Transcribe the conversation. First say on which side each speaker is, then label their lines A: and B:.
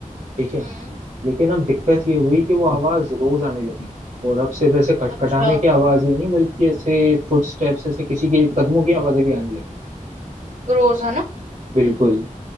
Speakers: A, on the right; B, on the right.
A: ठीक है
B: हम्म
A: लेकिन अब दिक्कत ये हुई कि वो आवाज रोज आने लगी और अब सिर्फ ऐसे खटखटाने
B: अच्छा
A: की आवाज ही नहीं बल्कि ऐसे फुटस्टेप्स ऐसे किसी के कदमों की आवाजें भी आने लगी
B: रोज है ना
A: बिल्कुल